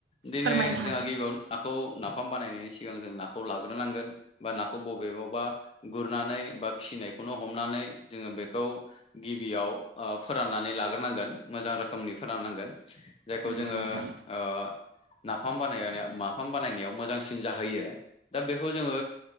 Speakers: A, on the left; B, on the right.
A: दिनै
B: फोरमायनो
A: जोंहा
B: हागोन
A: गिबियावनो नाखौ ना नाफाम बानायनायनि सिगां जों नाखौ लाग्रोनांगोन, बा नाखौ बबेयावबा गुरनानै बा फिसिनायखौनो हमनानै जोङो बेखौ गिबियाव फोराननानै लाग्रोनांगोन मोजां रोखोमनि फोराननांगोन। जायखौ जोङो
B: नंगौ नोंथां
A: ओ। नाफाम बानायनाय नाफाम बानायनायाव मोजांसिन जाहैयो दा बेखौ जोङो